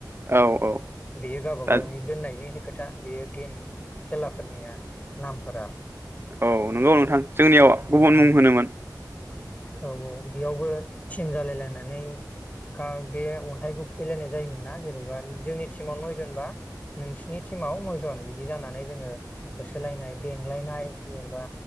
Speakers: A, on the right; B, on the left.
A: औ औ
B: बेयो गावब
A: दा
B: गावनि दोननायजों खो खोथा बेयो गेम खेलाफोरनिया नामफोरा
A: औ नंगौ नोंथां। जोंनियाव
B: उम
A: गुबुन
B: उम
A: मुं होनोमोन
B: औ औ बेयावबो थिम जालायलायना नै कार बे अन्थाइखौ खुबैलायनाय जायोमोन ना। जेनैबा जोंनि टिमाव नयजन बा नोंसिनि टिमाव नयजन बिदि जानानै जोङो होसोलायनाय बेंलायनाय जेनबा